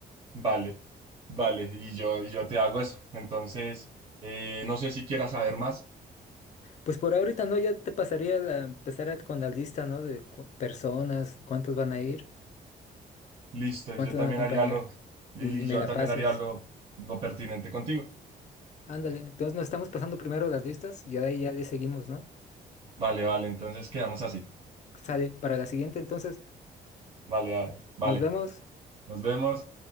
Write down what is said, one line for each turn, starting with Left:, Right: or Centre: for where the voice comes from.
Right: Vale, vale, y yo, y yo te hago eso. Entonces, eh, no sé si quieras saber más.
Left: Pues por ahorita, ¿no? Ya te pasaría la, empezar a- con la lista, ¿no? De cu- personas, cuántos van a ir,
Right: Listo,
Left: cuántos
Right: y yo también
Left: van a acompañar.
Right: haría lo, y
Left: Y me
Right: yo
Left: la
Right: también
Left: pasas.
Right: haría lo, lo pertinente contigo.
Left: Ándale. Entonces nos estamos pasando primero las listas y de ahí ya le seguimos, ¿no?
Right: Vale, vale, entonces quedamos así.
Left: Sale. Para la siguiente, entonces,
Right: Vale, vale, vale.
Left: nos vemos.
Right: Nos vemos.